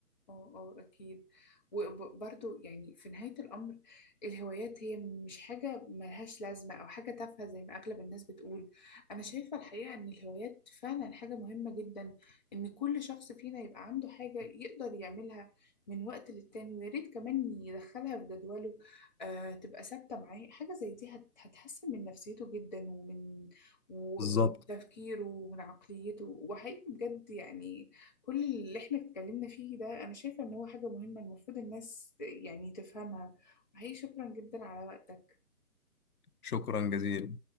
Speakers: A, on the left; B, on the left.
A: اه اه اكيد وبرضو يعني في نهاية الامر الهوايات هي مش حاجة ملهاش لازمة او حاجة تافهة زي ما اغلب الناس بتقول انا شايفة الحقيقة ان الهوايات فعلا حاجة مهمة جدا ان كل شخص فينا يبقى عنده حاجة يقدر يعملها من وقت للتاني ويا ريت كمان يدخلها في جدوله آه تبقى ثابتة معاه حاجة زي دي هت- هتحسن من نفسيته جدا ومن و-
B: بالظبط
A: ومن تفكيره ومن عقليته وحقيقي بجد يعني كل اللي احنا اتكلمنا فيه ده انا شايفة ان هو حاجة مهمة المفروض الناس يعني تفهمها وحقيقي شكرا جدا على وقتك
B: شكرا جزيلا